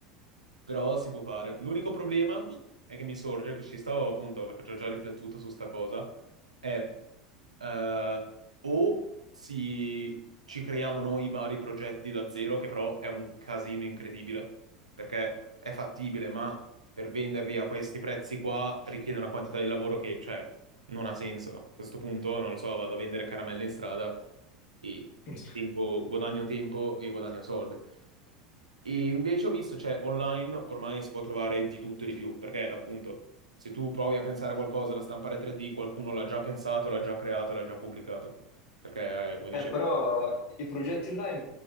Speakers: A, on the right (about 80°); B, on the left (about 50°).
A: però si può fare. L'unico problema è che mi sorge, che ci stavo appunto, perché ci ho già riflettuto su sta cosa, è eh, o si, ci creiamo noi vari progetti da zero, che però è un casino incredibile, perché è fattibile, ma per venderli a questi prezzi qua richiede una quantità di lavoro che, cioè, non ha senso. A questo punto, non lo so, vado a vendere caramelle in strada e
B: <laughs>
A: tempo- guadagno tempo e guadagno soldi. E invece ho visto, cioè, online ormai si può trovare di tutto e di più, perché appunto, se tu provi a pensare a qualcosa da stampare 3D, qualcuno l'ha già pensato, l'ha già creato, l'ha già pubblicato. Perché, eh, come dice...
B: Eh, però i progetti online,